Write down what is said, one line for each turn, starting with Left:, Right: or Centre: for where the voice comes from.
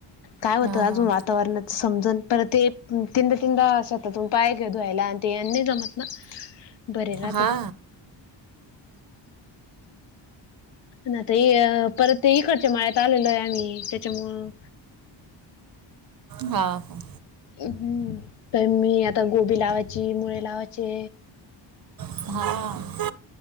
Left: काय
Right: हा
Left: होत अजून
Right: हा
Left: वातावरणात समजून परत ते तीनदा तीनदा शतातून पाय घे धुवायला आणि ते नाही जमत ना <unintelligible> बर राहता
Right: हा
Left: त. ना ते परत ते इकडच्या माया्यात आलेलो आहे आम्ही त्याच्यामुळं
Right: हा हा
Left: ्म प मी आता गोबी लावायची मुळे लावायचे.
Right: हा